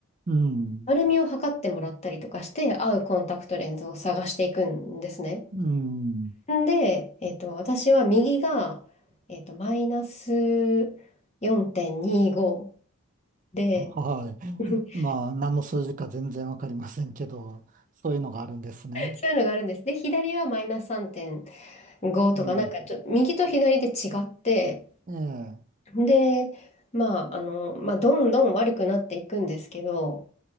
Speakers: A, on the right; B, on the left.
A: うん。
B: 丸みを測ってもらったりとかして、合うコンタクトレンズを探していくんですね。
A: うん。
B: んで、えっと、私は右が、えっと、マイナス4.25で、
A: は
B: <laughs>
A: い。まあ、何の数字か全然わかりませんけど、そういうのがあるんですね。
B: そういうのがあるんです。で、左はマイナス3.5とか、
A: うん。
B: なんかちょ、右と左で違って、
A: ええ。
B: で、まあ、あの、まあ、どんどん悪くなっていくんですけど、